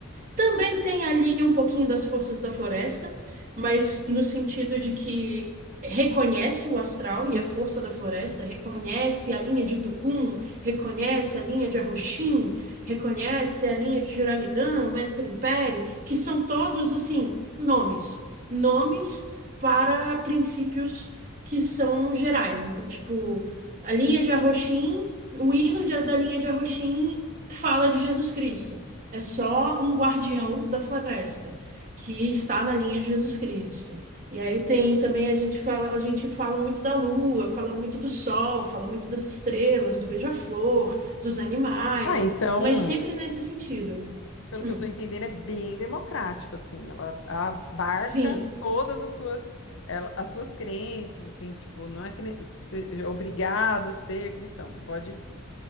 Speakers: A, on the right; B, on the left.
A: Também tem ali um pouquinho das forças da floresta, mas no sentido de que reconhece o astral e a força da floresta, reconhece a linha de Tucum, reconhece a linha de Arroxim, reconhece a linha de Juramidã, Mestre Império, que são todos assim nomes, nomes para princípios que são gerais. Então, tipo, a linha de Arroxim, o hino de- da linha de Arroxim fala de Jesus Cristo. É só um guardião da floresta que está na linha de Jesus Cristo. E aí tem também a gente fala, a gente fala muito da lua, fala muito do sol, fala muito das estrelas, do beija-flor, dos animais,
B: Ah, então.
A: mas sempre nesse sentido.
B: pelo
A: Hum,
B: que eu estou entendendo, é bem democrático, assim. Ela abarca
A: sim.
B: todas as suas, ela- as suas crenças, assim, tipo, não é que ne- se- é obrigado a ser cristão. Você pode,